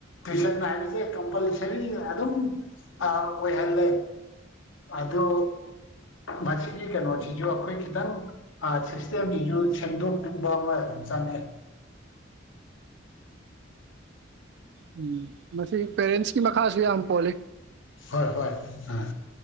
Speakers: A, on the left; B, on the right.
A: ꯇꯨꯏꯁꯟ ꯍꯥꯏꯕꯁꯦ ꯀꯝꯄꯜꯁꯔꯤ ꯑꯗꯨꯝ ꯑ ꯑꯣꯏꯍꯜꯂꯦ ꯑꯗꯨ ꯃꯁꯤꯒꯤ ꯀꯩꯅꯣꯁꯤꯁꯨ ꯑꯩꯈꯣꯏ ꯈꯤꯇꯪ ꯑ ꯁꯤꯁꯇꯦꯝꯁꯤꯁꯨ ꯁꯦꯝꯗꯣꯛꯅꯤꯡꯕ ꯑꯃ ꯑꯗꯨꯝ ꯆꯪꯉꯦ꯫
B: ꯎꯝ꯫ ꯃꯁꯤ ꯄꯦꯔꯦꯟꯁꯀꯤ ꯃꯈꯥꯁꯨ ꯌꯥꯝ ꯄꯣꯜꯂꯤ꯫
A: ꯍꯣꯏ ꯍꯣꯏ ꯑꯥ꯫